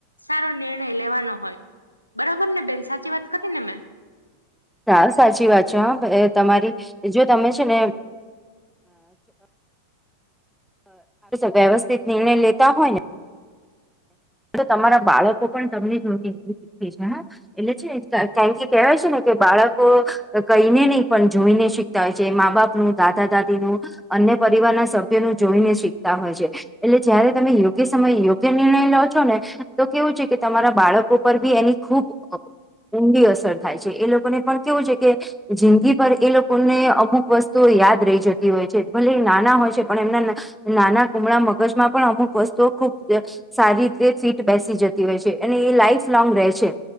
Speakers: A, on the left; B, in the centre.
A: સારો નિર્ણય લેવાનો હોય. બરોબર ને બેન સાચી વાત કરીને મેં
B: હા સાચી વાત છે હ તમારી જો તમે છે ને વ્યવસ્થિત નિર્ણય લેતા હોય ને. તમારા બાળકો પણ તમને જ એ શીખી છે હ એટલે છે કારણ કે કહેવાય છે ને કે બાળકો કઈને નહી પણ જોઈને શીખ શીખતા હોય છે મા બાપનું દાદા દાદી નું અન્ય પરિવાર ના સભ્યો નું જોઈને શીખતા હોય છે. એટલે જયારે તમે યોગ્ય સમયે યો. જે નિર્ણય લો છો ને તો કેવું છે કે તમારા બાળકો પર બી એની ખૂબ ઊંઘી અસર થાય છે એ લોકોને પણ કેવું છે કે જિંદગી પર એ લોકોને અમુક વસ્તુઓ યાદ રહી જતી હોય છે ભલે નાના હોય છે પણ એમના નાના કુમળા મગજ માં પણ અમુક વસ્તુઓ ખુબ સારી રીતે ફીટ બેસી જતી હોય છે અને એ લાઈફ લોંગ રહે છે.